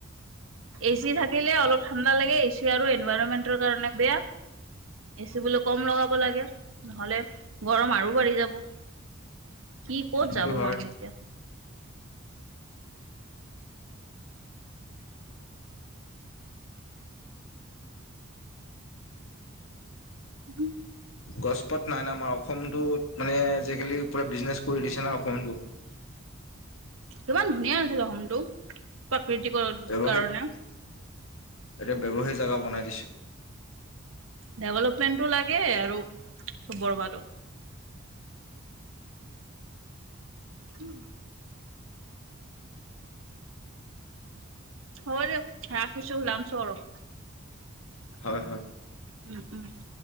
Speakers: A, on the right; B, on the left.
A: এ চি থাকিলে অলপ ঠাণ্ডা লাগে এ চি আৰু এনভাইৰনমেন্টৰ কাৰণে বেয়া এচি বোলে কম লগাব লাগে নহলে গৰম আৰু বাঢ়ি যাব কি ক'ত
B: সেইটো
A: যাব
B: হয়
A: মানুহ এতিয়া উম
B: গছ পাত নাই নাই আমাৰ অসমতোত মানে আজিকালি মানে বিজনেছ কৰি দিছে না অসমটো
A: ইমান ধুনীয়া আছিল অসমটো প্ৰাকৃতিকৰ
B: ব্যৱসায়
A: কাৰণে
B: এতিয়া ব্যৱসায় জেগা বনাই দিছে
A: ডেভেলপমেণ্টটো লাগে আৰু চব বৰবাদো উম <unintelligible> হ'ব দিয়ক ৰাখিছো ওলাম ছো আৰু
B: হয় হয়
A: উম উম <inaudible>